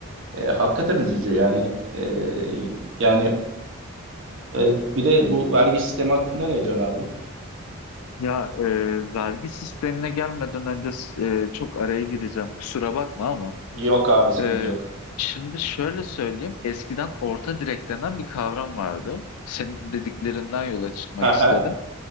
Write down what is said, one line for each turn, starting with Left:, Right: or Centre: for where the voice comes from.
Right: E, hakikaten üzücü yani. E, yani e, bir de bu vergi sistemi hakkında ne diyorsun abi?
Left: Ya e, vergi sistemine gelmeden önce e, çok araya gireceğim. Kusura bakma ama.
Right: Yok abi sıkıntı
Left: e,
Right: yok.
Left: şimdi şöyle söyleyeyim. Eskiden orta direk denen bir kavram vardı. Senin dediklerinden yola çıkmak
Right: Hı hı,
Left: istedim.